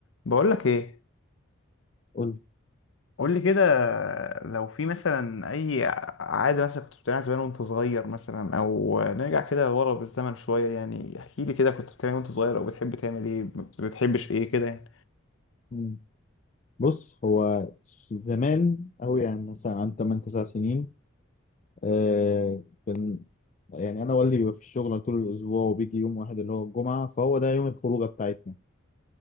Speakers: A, on the left (about 70°); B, on the left (about 35°).
A: بقولك ايه
B: قول
A: قولي كده لو في مثلا اي عادة مثلا كنت بتعملها زمان وانت صغير مثلا او نرجع كده ورا بالزمن شوية يعني احكي لي كده كنت بتعمل إيه وانت صغير او بتحب تعمل ايه ما بتحبش ايه كده يعني
B: مم. بص هو زمان أوي يعني مثلا عن 8 9 سنين آه كان يعني أنا والدي بيبقى في الشغل طول الأسبوع وبيجي يوم واحد اللي هو الجمعة فهو ده يوم الخروجة بتاعتنا